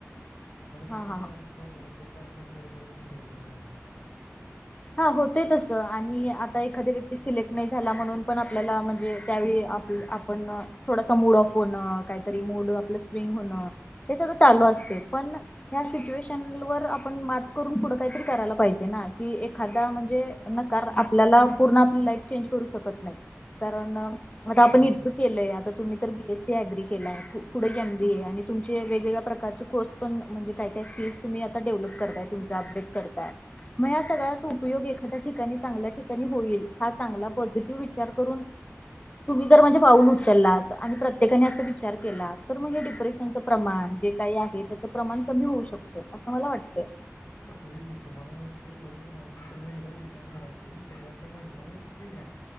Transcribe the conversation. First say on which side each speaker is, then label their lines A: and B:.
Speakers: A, on the left; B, on the left.
A: मला
B: हा
A: फक्त
B: हा हा
A: चार कॉल आ त्या चार कॉल मध्ये पण मी सिलेक्ट नाही झाले.
B: हा होते तसं आणि आता एखाद्या व्यक्ती सिलेक्ट नाही झाला म्हणून पण आपल्याला म्हणजे त्यावेळी आप पण थोडासा मूड ऑफ होण काहीतरी मूड आपलं स्विंग होणं. हे सगळं चालू असते पण ह्या सिचुएशन वर आपण मात करून पुढं काहीतरी करायला पाहिजे ना की एखादा म्हणजे नकार आपल्याला पूर्ण आपली लाईफ चेंज करू शकत नाही. कारण मता आपण
A: हम्म
B: इतकं. केलंय आता तुम्ही तर बी एस सी अग्री केला आहे एम ए आणि तुमचे वेगवेगळ्या प्रकारचे कोर्स. णे का का स्कल्स तुम्ही आता डेव्हलप करतायम अपडेट करतायग सगळ्या उपयोग एखाद्या ठिकाणी चांगल्या ठिकाणी होईल हा पॉझिटिव्ह. विचार करून तुम्ही ज माणझे पाऊून उचललात आणि प्रत्येकाने अस विचार केला तर म्हणजे डिप्रेशनचं प्रमाण जे काही आहे त्याचं प्रमाण कमी होऊ शकतं असं मला वाटतं.
A: होय गे तुम्हाला वाटते बरोबर आहे पण तुम्ही एकदा विचार करा की तुम्ही असं म्हणलंय. ठीक आहे